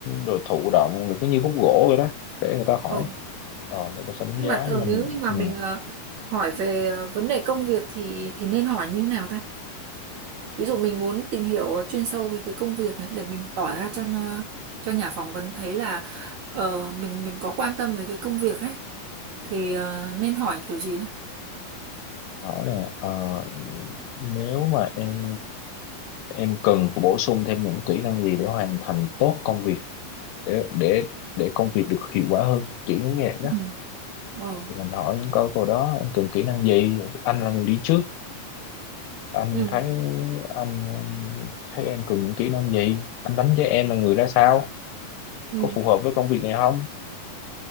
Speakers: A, on the left (about 80°); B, on the right (about 75°).
A: rồi thụ động rồi cứ như khúc gỗ vậy đó để người ta hỏi
B: ồ
A: ờ người ta sẽ đánh
B: nhưng
A: giá
B: mà thường
A: mình
B: nếu như mà
A: ừ.
B: mình ờ, hỏi về ờ, vấn đề công việc thì thì nên hỏi như nào ta ví dụ mình muốn tìm hiểu ờ, chuyên sâu về cái công việc ấy để mình tỏ ra cho nhà- cho nhà phỏng vấn thấy là ờ, mình mình có quan tâm về cái công việc ấy thì ờ, nên hỏi kiểu gì đấy
A: rõ ràng ờ, nếu mà em em cần phải bổ sung thêm những kỹ năng gì để hoàn thành tốt công việc để để để công việc được hiệu quả hơn kiểu như vậy đó
B: Ừ. ờ
A: thì mình hỏi những câu câu đó em cần kỹ năng gì anh là người đi trước anh
B: ừ
A: thấy anh thấy em cần những kỹ năng gì anh đánh giá em là người ra sao
B: ừ
A: có phù hợp với công việc này không